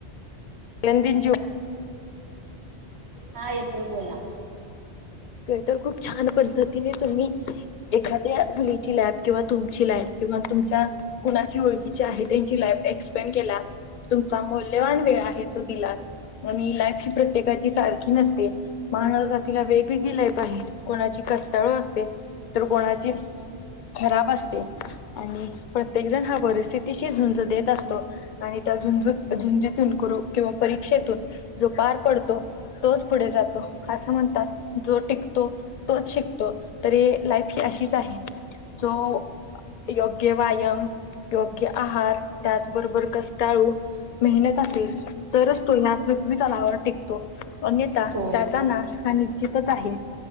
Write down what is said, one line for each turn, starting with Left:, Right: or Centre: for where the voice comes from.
Left: <unintelligible> जु.
Right: हा येतोय बोला.
Left: ते तर खूप छान पद्धतीने तुम्ही एखाद्या मुलीची लॅब किंवा तुमची लाईफ किंवा तुमच्या कुणाची ओळखीची आहे त्यांची लाईफ एक्सपेंड केला तुमचा मौल्यवान वेळ आहे तो दिला आणि लाईफ ही प्रत्येकाची सारखी नसते. माहणव जातीला वेगवेगळी लाईफ आहे कोणाची कस्ताळू असते तर कोणाची खराब असते आणि प्रत्येक जण हा परिस्थितीशी झुंज देत असतो. आणि त्या झुंजू झुंजीतून कुरव किंवा परीक्षेतून जो पार पडतो तोच पुढे जातो असं म्हणतात, जो टिकतो तोच शिकतो तरी लाईफ ही अशीच आहे. जो योग्य व्यायाम, योग्य आहार त्याचबरोबर कस्ताळू मेहनत असेल तरच तुलना मी तलावर टिकतो, अन्यथा
Right: हो
Left: त्याचा नाश हा निश्चितच आहे.